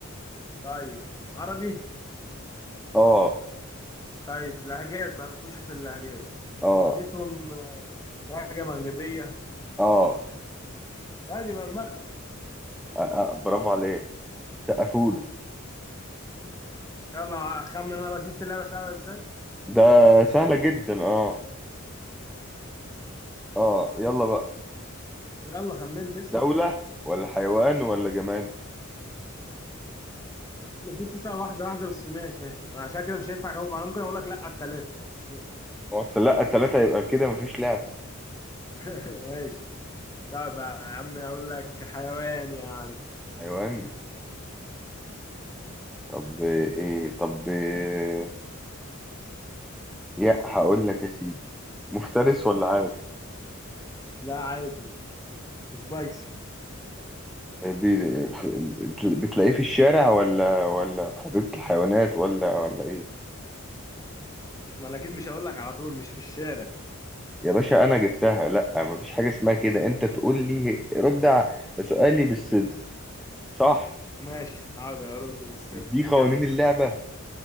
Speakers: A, on the left (about 15°); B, in the centre.
A: طيب عربي
B: اه
A: طيب لهجات بقى نخش في اللهجات
B: اه
A: لهجتهم آه لهجة مغربية
B: اه,
A: طيب يبقى المغرب
B: آه, آه برافو عليك سقفوله
A: يلا خمن انا بقى شفت اللعبة سهلة ازاي
B: ده سهلة جدا اه
A: مم.
B: اه يلا بقى
A: يلا خمنت اسأل
B: دولة ولا حيوان ولا جماد
A: المفروض تسأل واحدة واحدة بس ماشي انا عشان كده مش هينفع اجاوب انا ممكن اقول لك لا على التلاتة <laughs>
B: ما هو الت- لا التلاتة يبقى كده مفيش لعبة
A: <laughs> ماشي طب يا عم اقول لك حيوان يا عم
B: حيوان طب ايه طب إيه؟ يا هقول لك يا سيدي مفترس ولا عاد
A: لا عادي سبايسي
B: بي- ف- بتلاقيه في الشارع ولا ولا في حديقة الحيوانات ولا ولا ايه
A: ما انا اكيد مش هقول لك على طول مش في الشارع
B: يا باشا انا جبتها لا مفيش حاجة اسمها كده انت تقول لي رد على سؤالي بالصدق صح
A: ماشي حاضر ارد بالصدق
B: مش دي قوانين
A: كمل
B: اللعبة